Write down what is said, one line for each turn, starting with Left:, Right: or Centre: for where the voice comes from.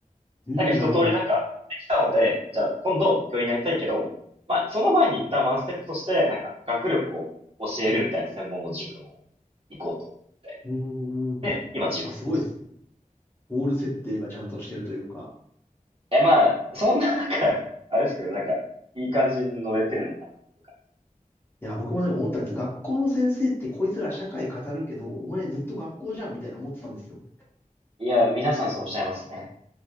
Left: ーん、
Right: なんか一通りなんかできたので、
Left: なるほど。
Right: じゃあ今度教員になりたいけど、まあその前に一旦ワンステップとして、なんか学力を教えるみたいな専門の塾も行こうと思って、
Left: うーん、ま
Right: 今塾って感じ。
Left: あ、すごいですね。
Right: い
Left: ゴール設定がちゃんとしてるというか。
Right: やまあ、そんななんか、あれですけど、なんかいい感じに乗れてるのかなっていうか。
Left: いや、僕もでも思ったんです。学校の先生ってこいつら社会語るけど、お前ずっと学校じゃんみたいな思ってたんですよ。
Right: いや、皆さんそうおっしゃいますね。